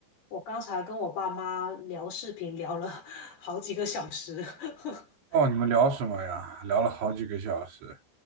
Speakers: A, on the left; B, on the right.
A: 我刚才跟我爸妈聊视频，聊了 <laughs> 好几个小时。<laughs>
B: 哦，你们聊什么呀？聊了好几个小时。